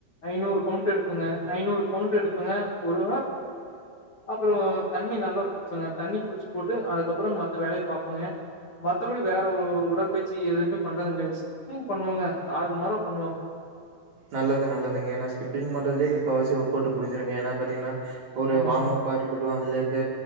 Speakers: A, on the left; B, on the right.
A: ஐநூறு கவுண்ட் எடுபங்க ஐநூறு கவுண்ட எடுபங்க ஒரு அப்புறோ தண்ணி நல்லா குடிப்பங்க தண்ணி குடிச்சு போட்டு அதுக்கப்புறோ மத்த வேலைய ப பாப்போங்க மத்தபடி வேற உடற்பயிற்சி எதுவுமே பண்றது இல்லங்க ஸ்கிப்பிங் பண்ணுவங்க தாறு மாரா பண்ணுவங்க
B: நல்லது நல்லதுங்க ஏனா ஸ்கிப்பங் பண்றதுலயே முக்காவாசி ஒர்க்அவுட் முடிஞ்சிருங்க ஏன்னா பாத்தீங்கன்னா ஒரு
A: ஆமாங்க.
B: வாமப்பா இருக்கட் ப்ரோ அதுல இருக்க